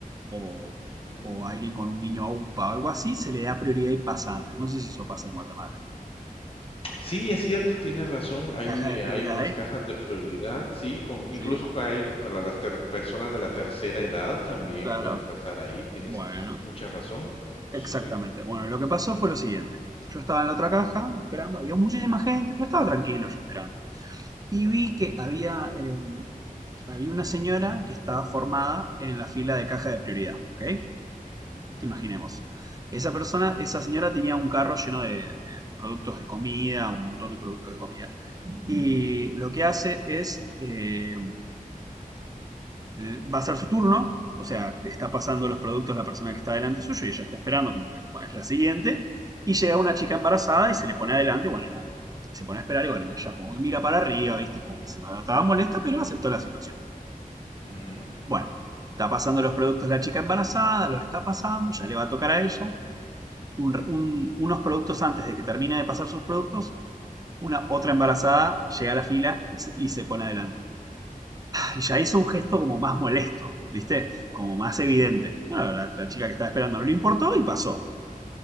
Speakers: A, on the right; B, on the left.
A: o,
B: Mm.
A: o alguien con un niño UPA o algo así, se le da prioridad y pasa antes. No sé si eso pasa en Guatemala.
B: Sí, es cierto, tienes razón. Hay,
A: Caja de
B: eh,
A: prioridades,
B: hay unas cajas de prioridad, sí, con
A: ¿sí?
B: incluso que hay para las ter- personas de la tercera edad también
A: Claro.
B: pueden pasar ahí. Tienes
A: Bueno,
B: mucha razón. Sí,
A: exactamente.
B: sí.
A: Bueno, lo que pasó fue lo siguiente. Yo estaba en la otra caja esperando, había muchísima gente, pero estaba tranquilo yo esperando. Y vi que había, eh, había una señora que estaba formada en la fila de caja de prioridad, ¿ok?
B: Ujú,
A: Imaginemos. Esa persona, esa señora tenía un carro lleno de, de- de productos de comida, un montón de productos de comida. Y lo que hace es, eh, eh, va a ser su turno, o sea, te está pasando los productos la persona que está delante suyo y ella está esperando como que bueno, es la siguiente. Y llega una chica embarazada y se le pone adelante, bueno, nada. Y se pone a esperar y bueno, y ella como que mira para arriba, viste, como que se notaba molesta, pero aceptó la situación.
B: ujú,
A: Bueno, está pasando los productos la chica embarazada, los está pasando, ya le va a tocar a ella. Un- un- unos productos antes de que termine de pasar sus productos, una otra embarazada llega a la fila y se, y se pone adelante. y ya hizo un gesto como más molesto, ¿viste? Como más
B: Sí.
A: evidente. Bueno, la, la chica que estaba esperando no le importó y pasó.